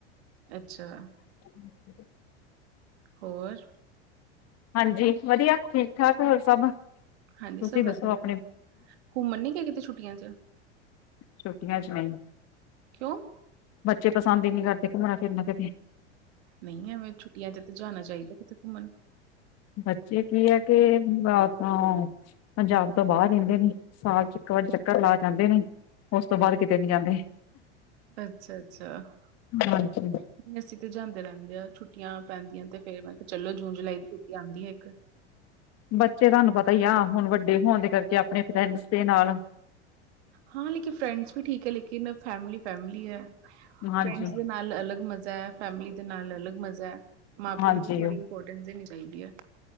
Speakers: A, on the right; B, on the left.
A: ਅੱਛਾ
B: ਹ <inaudible>
A: ਹੋਰ
B: ਹਾਂਜੀ ਵਧੀਆ ਠੀਕ ਠਾਕ ਹੋਰ ਸਭ
A: ਹਾਂਜੀ,
B: ਤੁਸੀਂ
A: ਸਭ ਵਧੀਆ।
B: ਦੱਸੋ ਆਪਣੇ
A: ਘੁੰਮਣ ਨੀ ਗਯੇ ਕਿਤੇ ਛੁੱਟਿਆਂ ਚ
B: ਛੁੱਟੀਆਂ ਚ ਨਹੀਂ
A: ਕਿਉਂ
B: ਬੱਚੇ ਪਸੰਦ ਹੀ ਨਹੀਂ ਕਰਦੇ ਘੁੰਮਣਾ ਫਿਰਨਾ ਕਿਥੇ
A: ਨਹੀਂ ਹੈਵੇਂ ਛੁੱਟੀਆਂ ਚ ਤੇ ਜਾਣਾ ਚਾਹੀਦਾ ਕਿਥੇ ਘੁੰਮਣ
B: ਬੱਚੇ ਕੀ ਆ ਕੇ <inaudible> ਪੰਜਾਬ ਤੋਂ ਬਾਹਰ ਰਹਿੰਦੇ ਨੇ, ਸਾਲ ਚ ਇੱਕ ਵਾਰ ਚੱਕਰ ਲਾ ਜਾਂਦੇ ਨੇ ਉਸ ਤੋਂ ਬਾਅਦ ਕਿਤੇ ਨੀ ਜਾਂਦੇ
A: ਅੱਛਾ ਅੱਛਾ ਨਹੀਂ
B: ਹਾਂਜੀ
A: ਅਸੀਂ ਤੇ ਜਾਂਦੇ ਰਹਿੰਦੇ ਆਂ ਛੁੱਟੀਆਂ ਪੈਂਦੀਆਂ ਤੇ ਫੇਰ ਮੈਂ ਕਿਹਾ ਚਲੋ ਜੂਨ ਜੁਲਾਈ ਦੀ ਛੁਟੀ ਆਉਂਦੀ ਹੈ ਇੱਕ।
B: ਬੱਚੇ ਤੁਹਾਨੂੰ ਪਤਾ ਹੀ ਆ, ਹੁਣ ਵੱਡੇ ਹੋਣ ਦੇ ਕਰਕੇ ਆਪਣੇ ਫਰੈਂਡਸ ਦੇ ਨਾਲ
A: ਹਾਂ ਲੇਕਿਨ ਫਰੈਂਡਸ ਵੀ ਠੀਕ ਹੈ, ਲੇਕਿਨ ਫੈਮਲੀ ਫੈਮਲੀ ਹੈ
B: ਹਾਂਜੀ
A: ਫਰੈਂਡਸ ਦੇ ਨਾਲ ਅਲੱਗ ਮਜ਼ਾ ਹੈ, ਫੈਮਲੀ ਦੇ ਨਾਲ ਅਲੱਗ ਮਜ਼ਾ ਹੈ, ਮਾਂ
B: ਹਾਂਜੀ
A: ਪਿਓ ਨੂੰ ਵੀ ਥੋੜ੍ਹੀ ਇਮਪੋਰਟੈਂਸ ਦੇਣੀ ਚਾਹੀਦੀ ਹੈ